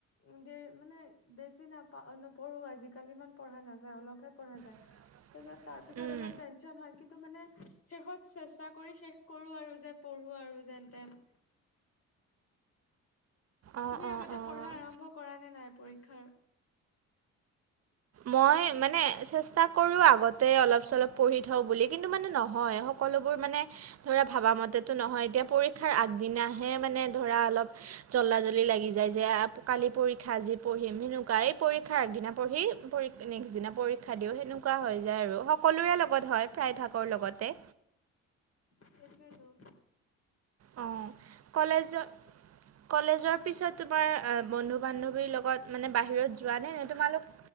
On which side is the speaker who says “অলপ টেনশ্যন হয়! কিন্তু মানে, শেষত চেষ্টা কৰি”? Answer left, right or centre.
Left